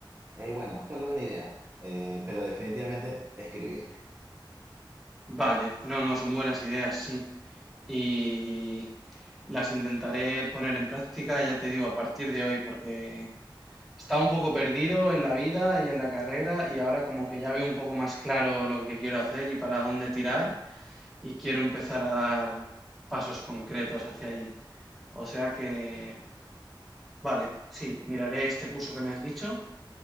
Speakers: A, on the right; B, in the centre.
A: Eh, bueno, solo una idea, Eh, pero definitivamente escribir.
B: Vale, no, no, son buenas ideas, sí. Y las intentaré poner en práctica, ya te digo, a partir de hoy, porque estaba un poco perdido en la vida y en la carrera y ahora como que ya veo un poco más claro lo que quiero hacer y para dónde tirar y quiero empezar a dar pasos concretos hacia allí. O sea que Vale, sí, miraré este curso que me has dicho